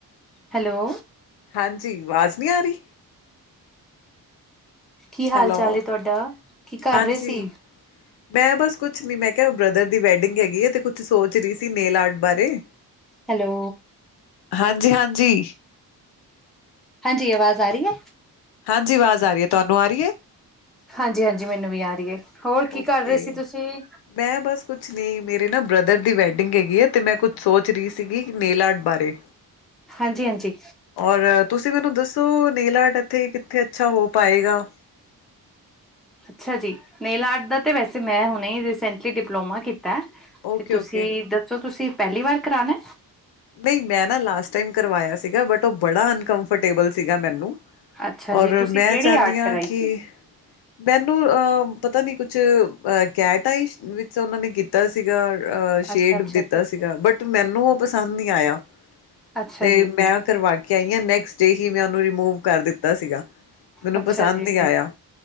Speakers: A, in the centre; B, on the left.
A: ਹੈਲੋ
B: ਹਾਂਜੀ ਵਾਜ਼ ਨੀ ਆ ਰੀ।
A: ਕੀ ਹਾਲ
B: ਹੈਲੋ
A: ਚਾਲ ਏ ਤੁਹਾਡਾ ਕੀ ਕਰ
B: ਹਾਂਜੀ
A: ਰਹੇ ਸੀ।
B: ਮੈਂ ਬਸ ਕੁਛ ਨੀ ਮੈਂ ਕਿਆ ਬ੍ਰਦਰ ਦੀ ਵੈਡਿੰਗ ਹੈਗੀ ਏ ਤੇ ਕੁਛ ਸੋਚ ਰਹੀ ਸੀ ਨੇਲ ਆਰਟ ਬਾਰੇ
A: ਹੈਲੋ
B: ਹਾਂਜੀ-ਹਾਂਜੀ
A: ਹਾਂਜੀ ਆਵਾਜ਼ ਆ ਰੀ ਐ?
B: ਹਾਂਜੀ ਆਵਾਜ਼ ਆ ਰੀ ਐ, ਤੁਆਨੂੰ ਆ ਰੀ ਐ?
A: ਹਾਂਜੀ-ਹਾਂਜੀ ਮੈਨੂੰ ਵੀ ਆ ਰੀ ਏ, ਹੋਰ
B: ਓਕੇ
A: ਕੀ ਕਰ ਰੇ ਸੀ ਤੁਸੀਂ?
B: ਮੈਂ ਬਸ ਕੁਛ ਨੀ ਮੇਰੇ ਨਾ ਬ੍ਰਦਰ ਦੀ ਵੈਡਿੰਗ ਹੈਗੀ ਏ ਤੇ ਮੈਂ ਕੁਛ ਸੋਚ ਰੀ ਸੀਗੀ ਨੇਲ ਆਰਟ ਬਾਰੇ।
A: ਹਾਂਜੀ-ਹਾਂਜੀ।
B: ਔਰ ਤੁਸੀਂ ਮੈਨੂੰ ਦੱਸੋ ਨੇਲ ਆਰਟ ਐਥੇ ਕਿੱਥੇ ਅੱਛਾ ਹੋ ਪਾਏਗਾ।
A: ਅੱਛਾ ਜੀ ਨੇਲ ਆਰਟ ਦਾ ਵੈਸੇ ਮੈਂ ਹੁਨੇ ਈ ਰਈਸੇਂਟਲੀ ਡਿਪਲੋਮਾ ਕੀਤਾ ਐ।
B: ਓਕੇ
A: ਤੇ ਤੁਸੀਂ
B: ਓਕੇ
A: ਦੱਸੋ, ਤੁਸੀਂ ਪੈਲੀ ਵਾਰ ਕਰਾਨੈ?
B: ਨਈ ਮੈਂ ਨਾ ਲਾਸਟ ਟਾਈਮ ਕਰਵਾਇਆ ਸੀਗਾ ਬਟ ਓ ਬੜਾ ਅਨਕਫਰਟੇਬਲ ਸੀਗਾ ਮੈਨੂੰ।
A: ਅੱਛਾ
B: ਔਰ
A: ਜੀ ਤੁਸੀਂ
B: ਮੈਂ
A: ਕਿਹੜੀ
B: ਚਾਨੀ
A: ਆਰਟ
B: ਆਂ
A: ਕਰਾਈ ਸੀ।
B: ਕਿ ਮੈਨੂੰ ਅਹ ਪਤਾ ਨੀ ਕੁਛ ਅਹ ਕੈਟਾਈ ਵਿੱਚ ਓਨਾਂ ਨੇ ਕੀਤਾ ਸੀਗਾ। ਅਹ ਸ਼ੇਡ
A: ਅੱਛਾ ਅੱਛਾ
B: ਦਿੱਤਾ
A: ਅੱਛਾ ਅੱਛਾ
B: ਸੀਗਾ ਬਟ ਮੈਨੂੰ ਓ ਪਸੰਦ ਨੀ ਆਏਆ।
A: ਅੱਛਾ
B: ਤੇ
A: ਜੀ
B: ਮੈਂ ਕਰਵਾ ਕੇ ਆਈ ਆਂ, ਨੈਕਸਟ ਡੇ ਹੀ ਮੈਂ ਓਨੂੰ ਰੀਮੂਵ ਕਰ ਦਿੱਤਾ ਸੀਗਾ। ਮੈਨੂੰ
A: ਅੱਛਾ
B: ਪਸੰਦ
A: ਜੀ
B: ਨੀ ਆਏਆ।